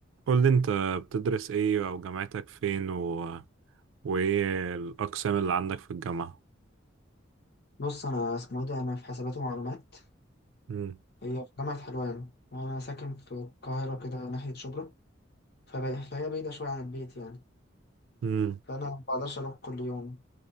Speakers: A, on the right; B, on the left.
A: قول لي انت بتدرس ايه او جامعتك فين و... وايه الاقسام اللي عندك في الجامعة
B: بص انا اسمه ايه ده انا في حسابات ومعلومات
A: امم
B: هي في جامعة حلوان وانا ساكن في القاهرة كده ناحية شبرا فب- فهي بعيدة شوية عن البيت يعني
A: امم
B: فانا ما بقدرش اروح كل يوم